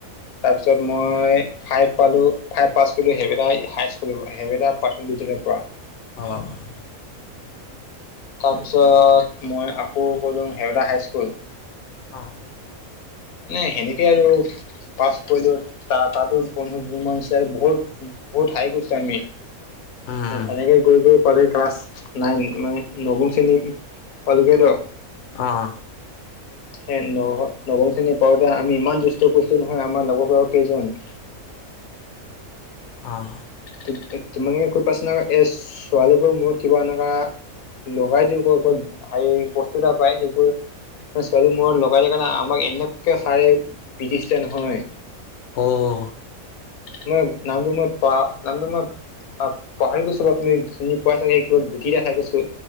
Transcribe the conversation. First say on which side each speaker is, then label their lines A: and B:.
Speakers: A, on the left; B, on the left.
A: তাৰপিছত মই ফাইভ পালোঁ ফাইভ পাছ কৰিলোঁ সেইবেইটা হাইস্কুল সেইবেইটা। প্ৰাথমিক বিদ্যালয়ৰ পৰা।
B: অ'
A: তাৰপিছত মই আকৌ গ'লোঁ হেউলা হাইস্কুল
B: অ'
A: নাই সেনেকে আৰু পাছ কৰিলেও তা তাতো বন্ধু <unintelligible> বহুত। বহুত হাই কৰিছো আমি
B: উম
A: সেনেকে গৈ গৈ পালে ক্লাছ নাইন মানে নৱম শ্ৰেণী পালোগে ন।
B: অ'
A: সেই ন নৱম শ্ৰেণী পাওঁতে আমি ইমান দুষ্ট কৰিছিলো নহয় আমাৰ লগৰ ঘৰৰ কেইজন।
B: আহ
A: ত ত তোমালোকে কৰি পাইছা নাবা এই ছোৱালীবোৰ মোৰ কিবা এনেকুৱা। লগাই দিয়ক আকৌ হেৰি বস্তু এটা পাই সেইবোৰ। ছোৱালীৰ মূৰত লগাই থাকে নহয় আমাক এনেকে ছাৰে পিটিছিলে নহয়।
B: অ'
A: মই নামটো মই পা নামটো মই। পা পাহৰি গৈছোলো আপুনি চিনি পাইছে নেকি কিবা গুটি দেখাই গৈছে।